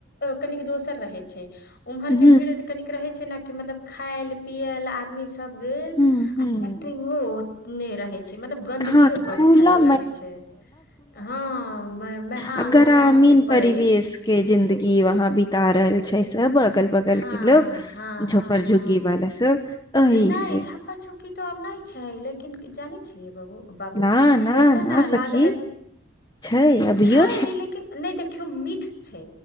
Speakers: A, on the left; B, on the left.
A: कनिक दोसर रहै छै। उम्हर
B: हुँ,
A: के भीड़ कनिक रहै छै ने के मतलब खायल पियल आदमी सब। सब गेल
B: हुँ, हुँ,
A: आ लैट्रंग। ने रही। मतलब गन्दगियो
B: हँ, तऽ
A: बड
B: खुला
A: फैलल रहै छै हँ। हँ
B: अ गरामीन
A: मैदान छै पैघ
B: परिवेशके जिंन्दगी वहाँ बीता रहल। छै सब। अगल बगल
A: हँ
B: के लोग
A: हँ हँ हँ
B: झोपड़ झुग्गी
A: हँ
B: वाला सब। एहि
A: नहि
B: से
A: झ्पा छुप। की तो आब नहि छै लेकिन जानै छियै बहु। बाबू
B: ना, ना,
A: ओत
B: ना
A: ने लाग
B: सखी छै अभियो
A: छै लेकिन नहि देखियौ मिक्स छै